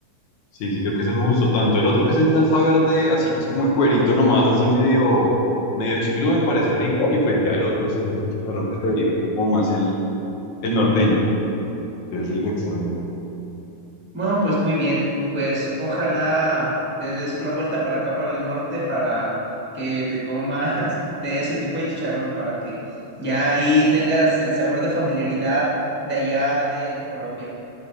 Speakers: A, on the left; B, in the centre.
A: Sí, sí, creo que ese me gustó tanto. El otro que es en salsa verde, así que es como el cuerito nomás, así medio, medio chicludo, me parece rico. Y pues ya el otro es así, un chicharrón de Caribe, como más el, el norteño, que es el que extraño.
B: Bueno, pues muy bien, pues ojalá te des otra vuelta para acá, para el norte, para que te comas <laughs> de ese tipo de chicharrón, para que ya ahí tengas el sabor de familiaridad de allá de Colombia.